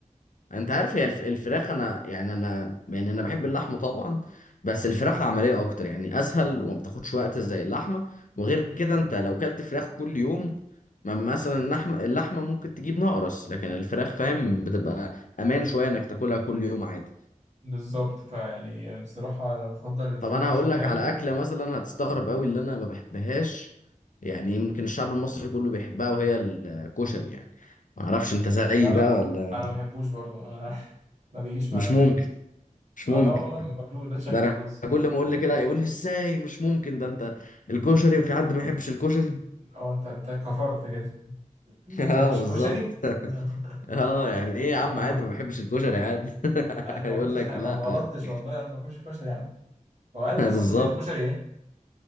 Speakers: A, on the left; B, on the right.
A: انت عارف هي الف- الفراخ انا يعني انا يعني انا بحب اللحمه طبعا بس الفراخ عمليه اكتر يعني اسهل وما بتاخدش وقت زي اللحمه وغير كده انت لو كلت فراخ كل يوم ما مثلا اللحمه اللحمه ممكن تجيب نقرس لكن الفراخ فاهم بتبقى امان شويه انك تاكلها كل يوم عادي
B: بالظبط فيعني بصراحه انا بفضل الفراخ
A: طب انا
B: مش
A: هقول
B: الحيوان
A: لك على اكله مثلا هتستغرب قوي اللي انا ما بحبهاش يعني يمكن الشعب المصري كله بيحبها وهي الكشري يعني ما اعرفش انت زيي
B: لا انا
A: بقى ولا
B: انا ما بحبوش برضو انا <laughs> ما بيجيش معايا
A: مش
B: ولا
A: ممكن مش
B: اه
A: ممكن
B: لا والله ماكلوش بقيت شكله
A: ده انا
B: خلاص
A: كل ما اقول لي كده يقول لي ازاي مش ممكن ده انت الكشري في حد ما يحبش الكشري
B: اه انت انت كفرت كده <laughs> ما
A: <laughs> اه
B: تحبش
A: بالظبط
B: الكشري
A: <laughs>
B: <laughs>
A: اه يعني ايه يا عم
B: اه
A: عادي ما بحبش الكشري عادي
B: انا ما
A: <laughs> يقول
B: قلتش
A: لك
B: حاجه
A: لا
B: ما غلطتش
A: <laughs>
B: والله انا ما باكلش كشري يا عم هو عارف
A: بالظبط
B: اصلا مشكله الكشري ايه